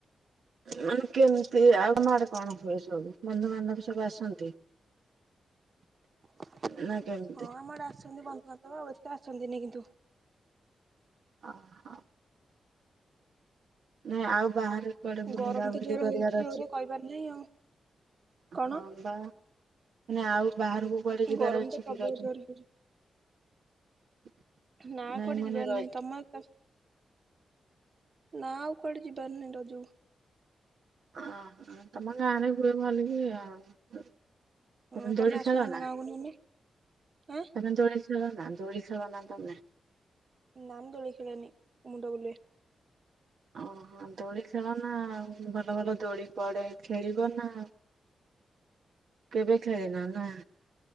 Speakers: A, on the right (about 80°); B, on the right (about 40°).
A: ମାନେ କେମିତି ଆଉ ତମ ଆଡେ କଣ ହୁଏ ସବୁ ବନ୍ଧୁବାନ୍ଧବ ସବୁ ଆସନ୍ତି। <inaudible>
B: ହଁ
A: ନା କେମିତି?
B: ଆମ ଆଡେ ଆସନ୍ତି ବନ୍ଧୁବାନ୍ଧବ ଆଉ ଏତେ ଆସନ୍ତିନି କିନ୍ତୁ
A: ଓ ହୋ। ହ ନାଇଁ ଆଉ ବାହାରେ କୁଆଡେ ବୁଲାବୁଲି
B: ଗରମ ତ ଜୋର
A: କରିବାର
B: ହଉଛି ଜୋରରେ
A: ଅଛି?
B: କହିବାର ନାହିଁ ଆଉ। କଣ?
A: ହଁ ବା ଆଉ ବାହାରକୁ କୁଆଡେ ଯିବାର
B: ଗରମ
A: ଅଛି
B: ତ ପ୍ରବଳ
A: କି ରଜ
B: ଜୋରରେ ହଉଛି
A: <inaudible>
B: ନା
A: ନାଇଁ
B: କୁଆଡେ
A: ମାନେ
B: ଯିବାର
A: ରଜ
B: ନାହିଁ ତମର ତ ନା ଆଉ କୁଆଡେ ଯିବାର ନାଇଁ ରଜକୁ
A: ଅ ତମ ଗାଁ ରେ ହୁଏ ଭଳିକି ଆଉ
B: ହଁ
A: ତମେ ଦୋଳି
B: ଆସୁନ
A: ଖେଳ
B: ଆମ
A: ନା
B: ଗାଁକୁ ନହେଲେ ଆଁ
A: ତମେ ଦୋଳି ଖେଳ ନା ଦୋଳି ଖେଳ ନା ତମେ?
B: ନା ମୁଁ ଦୋଳି ଖେଳେଣିି ମୁୁଣ୍ଡବୁଲାଏ।
A: ଓହୋ ଦୋଳି ଖେଳ ନା ଆଉ ଭଲ ଭଲ ଦୋଳି ପଡେ ଖେଳିବ ନା। କେବେ ଖେଳିନ ନାଁ?